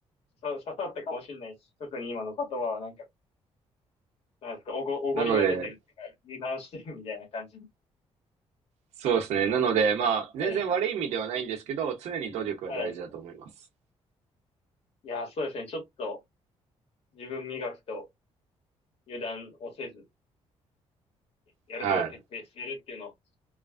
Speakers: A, on the left; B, on the right.
A: 刺さったかもしれないし、特に今の言葉はなんか、なんですか、おご、おごりが出てるっていうか、
B: なので、
A: 油断してるみたいな感じ。
B: そうですね。なので、まあ、
A: はい。
B: 全然悪い意味ではないんですけど、常に努力は大事だと思います。
A: はい。いや、そうですね。ちょっと自分磨きと油断をせず、やることを徹底しているっていうのを
B: はい。